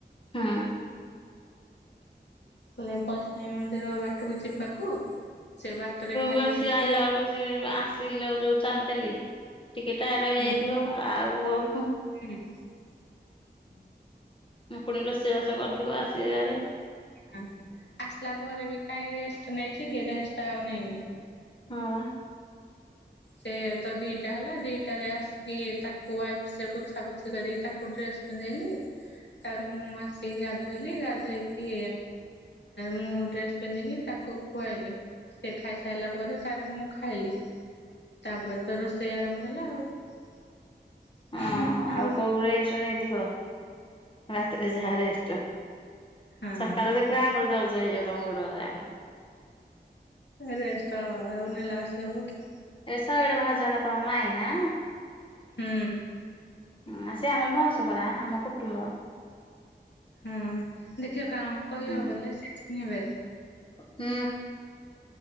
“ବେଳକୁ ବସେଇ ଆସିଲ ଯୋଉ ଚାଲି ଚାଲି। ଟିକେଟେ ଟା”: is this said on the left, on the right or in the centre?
Left